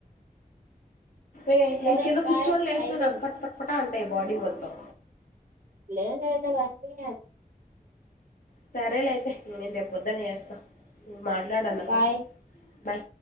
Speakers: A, on the left; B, on the right.
A: ఏ
B: సరే
A: నేను కింద
B: బాయ్
A: కుచోనీ లేసిన
B: అయిపోయింది
A: నాకు పట్ పట్ అంటాయ్ బాడి మొత్తం
B: లేం లేదు లే కానీ
A: సరేలే అయితే నేను రేపు పొద్దునే చేస్తా మాట్లాడు అన్నతో
B: బాయ్
A: బై